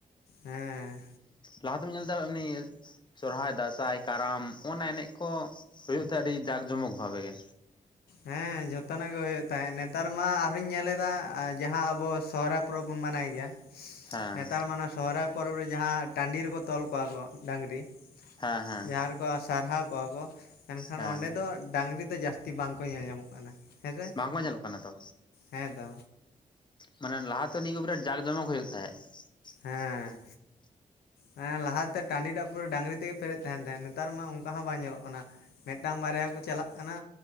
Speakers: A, on the left (about 85°); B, on the left (about 30°).
A: ᱦᱮᱸ
B: ᱞᱟᱦᱟ ᱛᱮᱢ ᱧᱮᱞᱫᱟ ᱮᱢᱱᱤ᱾ ᱥᱚᱨᱦᱟᱭ, ᱫᱟᱸᱥᱟᱭ, ᱠᱟᱨᱟᱢ ᱚᱱᱱᱟ ᱮᱱᱮᱡ ᱠᱚ ᱦᱩᱭᱩᱜ ᱛᱮ ᱟᱹᱰᱤ ᱡᱟᱜ ᱡᱚᱢᱚᱠ ᱵᱷᱟᱜᱮ ᱜᱮ᱾
A: ᱦᱮᱸ ᱡᱚᱛᱚᱱᱟᱜ ᱜᱮ ᱦᱩᱭᱩᱜ ᱛᱟᱦᱮᱸᱫ ᱱᱮᱛᱟᱨ ᱢᱟ ᱟᱨᱦᱚᱸᱧ ᱧᱮᱞᱮᱫᱟ ᱡᱟᱦᱟᱸ ᱟᱵᱚ ᱥᱚᱦᱚᱨᱟᱭ ᱯᱚᱨᱚᱵᱽ ᱵᱚᱱ ᱢᱟᱱᱟᱭ ᱜᱮᱭᱟ᱾
B: ᱦᱮᱸ
A: ᱱᱮᱛᱟᱨ ᱢᱟᱱᱟ ᱥᱚᱦᱨᱟᱭ ᱯᱚᱨᱚᱵᱽ ᱨᱮ ᱡᱟᱦᱟᱸ ᱴᱟᱺᱰᱤ ᱨᱮᱠᱚ ᱛᱚᱞ ᱠᱚᱣᱟ ᱠᱚ ᱰᱟᱝᱨᱤ
B: ᱦᱮᱸ ᱦᱮᱸ
A: ᱡᱟᱦᱟᱸ ᱠᱚᱣᱟ ᱥᱟᱨᱦᱟᱣ ᱠᱚᱣᱟ ᱠᱚ ᱮᱱᱠᱷᱟᱱ
B: ᱦᱮᱸ
A: ᱚᱸᱰᱮ ᱫᱚ ᱰᱟᱹᱝᱨᱤ ᱫᱚ ᱡᱟᱹᱥᱛᱤ ᱵᱟᱝ ᱠᱚ ᱧᱮᱞ ᱧᱟᱢᱚᱜ ᱠᱟᱱᱟ᱾ ᱦᱮᱸᱥᱮ
B: ᱵᱟᱝᱠᱚ ᱧᱮᱞᱚᱜ ᱠᱟᱱᱟ ᱛᱚ᱾
A: ᱦᱮᱸ ᱛᱚ
B: ᱢᱟᱱᱮ ᱞᱟᱦᱟᱛᱮ ᱱᱤᱭᱟᱹ <unintelligible> ᱨᱮ ᱡᱟᱠ ᱡᱚᱢᱚᱠ ᱦᱳᱭᱳᱜ ᱛᱟᱦᱮᱸᱜ᱾ <unintelligible>
A: ᱦᱮᱸ ᱦᱮᱸ ᱞᱟᱦᱟᱛᱮ ᱴᱟᱺᱰᱤ ᱴᱟᱜ ᱯᱩᱨᱟᱹ ᱰᱟᱝᱨᱤ ᱛᱮᱜᱮ ᱯᱮᱨᱮᱫ ᱛᱟᱦᱮᱱ ᱛᱟᱦᱮᱸᱫ, ᱱᱮᱛᱟᱨ ᱢᱟ ᱚᱝᱠᱟ ᱦᱚᱸ ᱵᱟᱝ ᱧᱮᱞᱚᱜ ᱠᱟᱱᱟ᱾ ᱢᱮᱜᱴᱟᱝ ᱵᱟᱨᱭᱟ ᱠᱚ ᱪᱟᱞᱟᱜ ᱠᱟᱱᱟ,